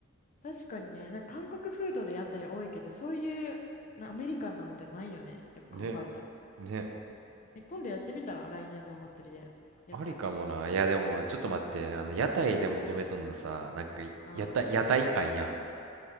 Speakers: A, on the left; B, on the right.
A: 確かにね、なんか韓国フードで屋台多いけど、そういうなアメリカンなのってないよね。よく考えたら。
B: ね、ね、
A: え、今度やってみたら来年のお祭りで屋台。
B: ありかもな。いや、でも、ちょっと待って、あの、屋台で求めとんのさ、なんか、
A: ああ、
B: 屋台、屋台感やん。